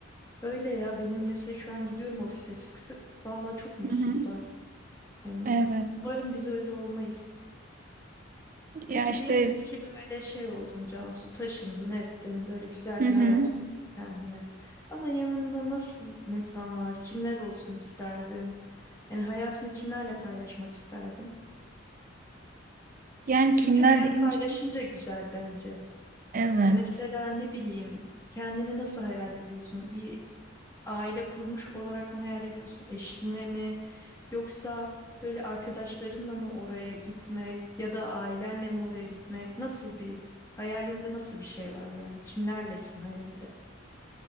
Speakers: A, on the left; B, on the right.
A: Öyle ya benim mesela şu an gidiyorum ofise sık sık. Vallahi çok mutsuzlar.
B: Hı hı.
A: Yani
B: Evet.
A: umarım biz öyle olmayız.
B: Ya
A: Peki
B: işte
A: diyelim ki böyle şey oldun Cansu, taşındın ettin, böyle güzel
B: hı hı.
A: bir hayat kurdun kendine. Ama yanında nasıl insanlar, kimler olsun isterdin? Yani hayatını kimlerle paylaşmak isterdin?
B: Yani
A: Çünkü
B: kimler
A: hayat
B: deyince
A: paylaşınca güzel bence.
B: evet.
A: Ya mesela ne bileyim, kendini nasıl hayal ediyorsun? Bir aile kurmuş olarak mı hayal ediyorsun? Eşinle mi? Yoksa böyle arkadaşlarınla mı oraya gitmek ya da ailenle mi oraya gitmek? Nasıl bir hayalinde nasıl bir şey var yani? Kimlerlesin hayalde?